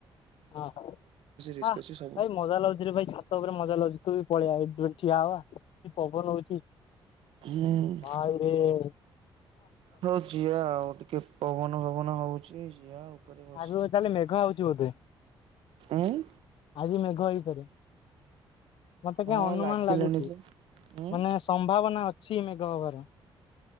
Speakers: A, on the left (about 70°); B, on the right (about 75°).
A: ହଁ
B: ରିସ୍କ
A: ହଁ
B: ଅଛି ସବୁ
A: ଭାଇ ମଜା ଲାଗୁଛିରେ ଭାଇ ଛା ଛାତ ଉପରେ ମଜା ଲାଗୁଚଛି ତୁ ବି ପଳେଇଆ ଏଇଠି ଠିଆ ହବା କି ପବନ ହଉଛି।
B: ହୁଁ ଉଁ।
A: ଆରେ <inaudible>
B: ହଉ ଜିଆ ଆଉ ଟିକେ ପବନ ପବନ ହଉଛି ଜିଆ ଉପରେ ବ
A: ଆଗକୁ ତାହେଲେ ମେଘ ଆଉଛି ବୋଧେ?
B: ଏଇଁ।
A: ଆଜି ମେଘ ହେଇପାରେ ମତେ
B: ହଁ
A: କିଆଁ ଅନୁମାନ
B: ଲାଗିଲାଣି
A: ଲାଗୁଛି
B: ଯେ ଉଁ
A: ମାନେ ସମ୍ଭାବନା ଅଛି ମେଘ ହବାର।